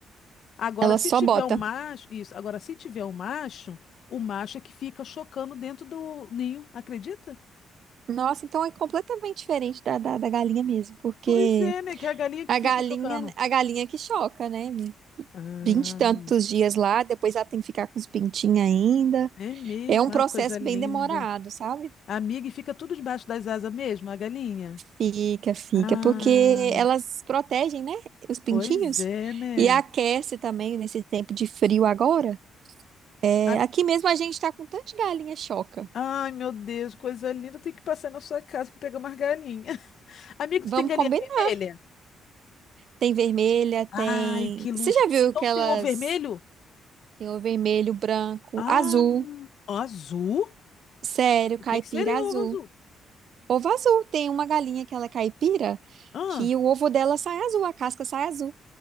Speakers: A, on the left; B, on the right.
A: Agora,
B: Ela
A: se
B: só
A: tiver
B: bota.
A: o macho, isso, agora se tiver o macho, o macho é que fica chocando dentro do ninho, acredita?
B: Nossa, então é completamente diferente da, da, da galinha mesmo, porque
A: Pois é, né? Que é a galinha que
B: a
A: fica
B: galinha,
A: chocando.
B: a galinha que choca, né?
A: Ah.
B: Vinte e tantos dias lá, depois ela tem que ficar com os pintinhos ainda.
A: É mesmo,
B: É um processo
A: ai, coisa linda.
B: bem demorado, sabe?
A: Amiga, e fica tudo debaixo das asas mesmo, a galinha?
B: Fica, fica,
A: Ah,
B: porque elas protegem, né, os pintinhos
A: pois é, né?
B: e aquece também nesse tempo de frio agora. É,
A: A-
B: aqui mesmo a gente tá com tantas galinhas choca.
A: Ai, meu Deus, coisa linda. Eu tenho que passar na sua casa para pegar umas galinhas. <laughs> Amigo,
B: Vamos
A: tu tem galinha
B: combinar.
A: vermelha?
B: Tem vermelha, tem.
A: Ai, que luxo.
B: Você já viu
A: Então
B: que
A: tu
B: elas
A: tem ovo vermelho?
B: tem o vermelho, branco,
A: Ah,
B: azul,
A: azul?
B: sério,
A: O
B: caipira
A: que que seria
B: azul.
A: ovo azul?
B: Ovo azul. Tem uma galinha que ela é caipira
A: Ah,
B: que o ovo dela sai azul, a casca sai azul.